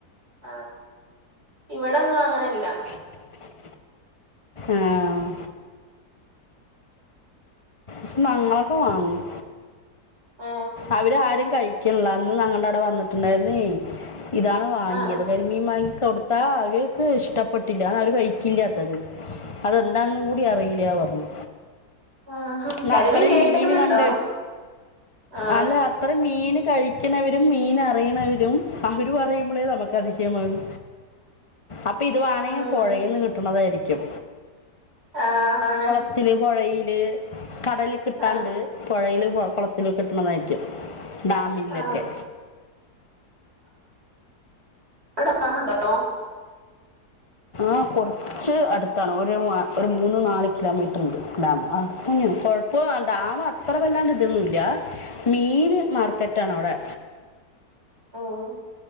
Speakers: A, on the right; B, on the left.
A: ആഹ് ഇവിടൊന്നും അങ്ങനെല്ല.
B: <inaudible> ആഹ് ഷെ ഞങ്ങളക്കെ വാങ്ങും
A: ആ
B: അവരാരും കഴി ക്ക്ള്ള അന്ന് നങ്ങടെ അവടെ വന്നിട്ടുണ്ടായിരുന്നേ ഇതാണ് വാങ്ങിയത്
A: ആ
B: കരി മീൻ വാങ്ങി കൊടുത്താ അവര്ക്ക് ഇഷ്ടപ്പെട്ടില്ല അതവര് കഴിക്കില്ലാത്തത്. അതെന്താണന്നും കൂടി അറിയില്ല പറഞ്ഞു.
A: ആ
B: ന്നാ
A: കരിമീൻ
B: അത്രേം
A: കേട്ടക്കണ്
B: മീന് കണ്ടെ
A: ട്ടോ ആ
B: അല്ല ത്ര മീന് കഴിക്കണവരും മീന് അറിയണവരും അവരു പറയുമ്പളേ നമുക്കതിശയമാണ്. അപ്പിത് വാണെ
A: ഉം
B: പൊഴയിന്ന് കിട്ടണതായിരിക്കും.
A: ആഹ് ആണ്.
B: ത്തില് പൊഴയില് കടലി കിട്ടാൻണ്ട്
A: ആ
B: പൊഴേല് കൊളത്തിലക്ക കിട്ടണതായിരിക്കും ഡാമിലെക്കെ.
A: ആ അവടെ ഡമുണ്ടോ?
B: ആഹ് കൊർച്ച് അടുത്താണ് ഒരു ഒരു മൂന്ന് നാല് കിലോമീറ്റർണ്ട് ഡാം അടുത്തന്നെയ കൊഴ ഇപ്പൊ ഡാമ് അത്ര വല്ലാണ്ട് ഇതൊന്നുല്ല മീന് മാർക്കറ്റാണ് അവിടെ.
A: ആഹ്